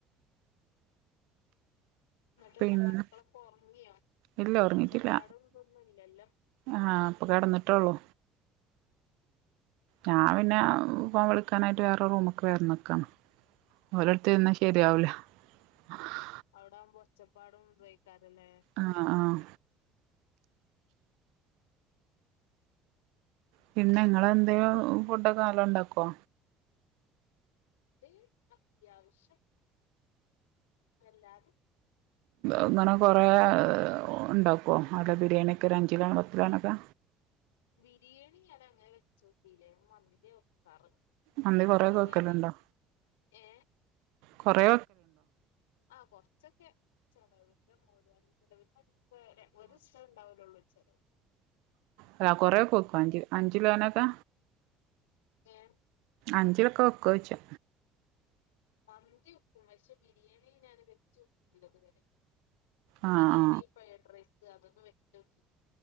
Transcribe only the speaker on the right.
പിന്നെ
ഇല്ല ഉറങ്ങീട്ടില്ല
ആ ഇപ്പൊ കിടന്നിട്ടേയുള്ളു ഞാൻ പിന്നെ ഫോൺ വിളിക്കാനായിട്ട് വേറെ റൂമൊക്കെ വേറെ നിക്കാണ് ഓരടുത്ത് നിന്നാ ശരിയാവില്ല <inaudible>
ആഹ് ആഹ് പിന്നെ നിങ്ങളന്തോ ഫുഡൊക്കെ നല്ല ഉണ്ടാക്കോ
അങ്ങനെ കൊറേ ഉണ്ടാക്കുവോ അല്ല ബിരിയാണിയൊക്കെ ഒരു അഞ്ച് കിലോ പത്ത് കിലോണൊക്കെ
മന്തി കൊറേ
വെക്കലുണ്ടോ
കുറേ
അതാ കൊറ വെക്കും അഞ്ച് അഞ്ചിലോനക്കെ
അഞ്ചിലൊക്കെ വെകോ ച്ചാ
ആഹ്